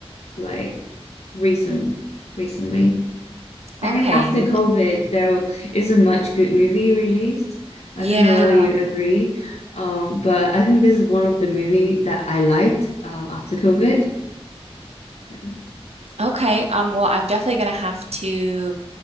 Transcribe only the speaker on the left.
like recent recently. I
think after COVID, there isn't much good movie released. I
don't know whether you agree, um, but I think this is one of the movie that I liked um, after COVID. Yeah,